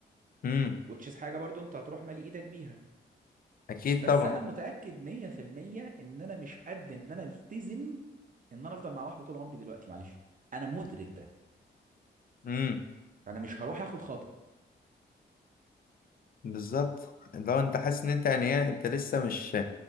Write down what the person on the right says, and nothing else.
which is حاجه برضو انت هتروح مالي ايدك بيها
بس
انا متاكد 100% ان انا مش قد ان انا التزم ان انا افضل مع واحده طول عمري دلوقتي معلش انا مدرك ده
فانا مش هروح اخد خطوه